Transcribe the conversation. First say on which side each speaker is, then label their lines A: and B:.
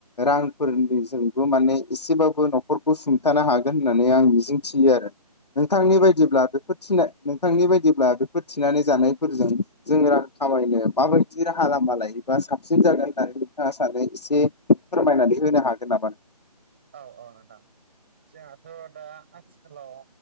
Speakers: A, on the left (about 75°); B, on the right (about 15°).
A: रांफोरनिजोंबो माने एसेबाबो न'खरखौ सुंथानो हागोन होननानै आं मिजिं थियो आरो नोंथांनि
B: औ
A: बायदिब्ला
B: औ
A: बेखौ थिनाय बिथांनि बायदिब्ला बेफोर थिनानै जानायफोरजों जों रां खामायनो माबायदि राहा लामा लायो। बा साबसिन जागोन होननानै नोंथाङा सानो एसे फोरमायनानै होनो हागोन नामा?
B: औ औ नोंथां जोंहाथ' दा आथिखालाव